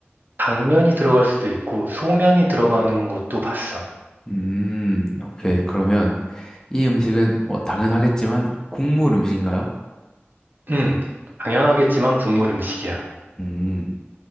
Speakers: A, on the right; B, on the left.
A: 당면이 들어갈 수도 있고, 소면이 들어가는 것도 봤어.
B: 음, 오케이. 그러면, 이 음식은 뭐 당연하겠지만 국물 음식인가요?
A: 응. 당연하겠지만 국물 음식이야.
B: 음,